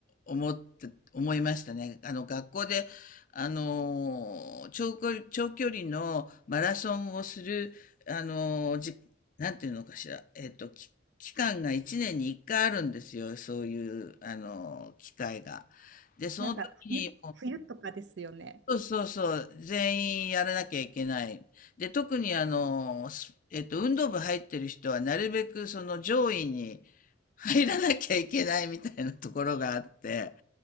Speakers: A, on the left; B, on the right.
A: 思って、思いましたね。あの、学校で、あのー、長距離、長距離のマラソンをする、あのー、じ、なんていうのかしら、えっと、き期間が1年に1回あるんですよ。そういう、あのー、機会が。で、その時に、
B: なんか冬、冬とかですよね。
A: そうそうそう、全員やらなきゃいけない。で、特にあの、すえっと、運動部入ってる人はなるべくその上位に入らなきゃいけないみたいなところがあって、